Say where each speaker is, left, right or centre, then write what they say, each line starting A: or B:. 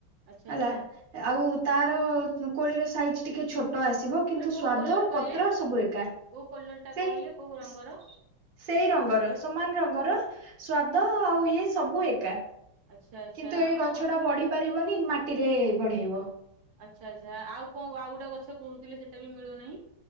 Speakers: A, on the right; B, on the right.
A: ଆଚ୍ଛା
B: ହେଲା
A: ଆଚ୍ଛା
B: ଏ ଆଉ ତାର ଉଁ କୋଳିର ସାଇଜ ଟିକେ ଛୋଟ ଆସିବ। କିନ୍ତୁ
A: ହେରା କୋଉ
B: ସ୍ଵାଦ
A: କଲର କହିଲେ
B: ପତ୍ର ସବୁ ଏକା।
A: କୋଉ କଲରଟା
B: ସେଇ
A: କହିଲେ କୋଉ ରଙ୍ଗର?
B: ସେଇ ରଙ୍ଗର ସମାନ ରଙ୍ଗର ସ୍ଵାଦ ଆଉ ଇଏ ସବୁ ଏକା
A: ଆଚ୍ଛା ଆଚ୍ଛା
B: କିନ୍ତୁ ଏଇ
A: ହଁ
B: ଗଛଟା ବଢିପାରିବନି ମାଟିରେ ବଢେଇବ।
A: ଆଚ୍ଛା ଆଚ୍ଛା ଆଉ କଣ ଆଉ ଗୋଟେ ଗଛ କୋହୁଥିଲେ ସେଟା ବି ମିଳୁନାହିଁ।